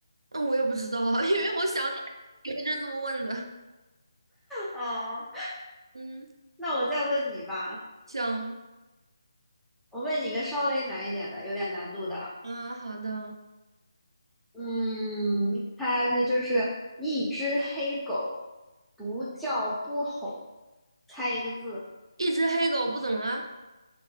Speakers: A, on the right; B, in the centre.
A: 那我也不知道啊，<laughs> 因为我想起来因为就这么问的，
B: <laughs> 啊。
A: 嗯，
B: 那我再问你吧，
A: 行，
B: 我问你一个稍微难一点的，有点难度的。
A: 啊，好的，
B: 嗯，它是就是一只黑狗，不叫不吼，猜一个字，
A: 一只黑狗不怎么了？